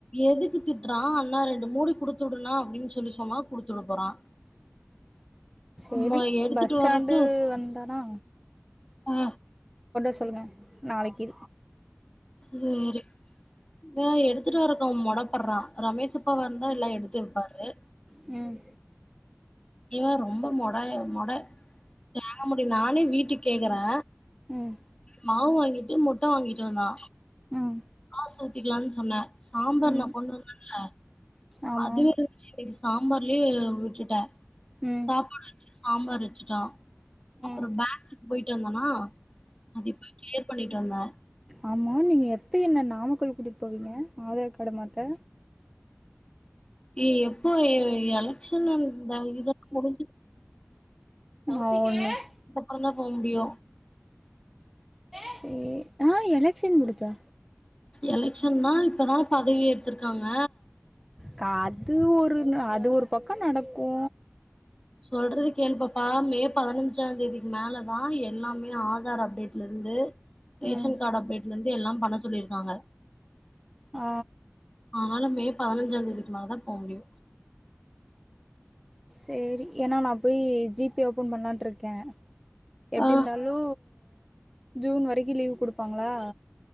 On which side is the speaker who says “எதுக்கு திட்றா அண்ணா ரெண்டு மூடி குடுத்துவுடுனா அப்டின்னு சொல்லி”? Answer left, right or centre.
Left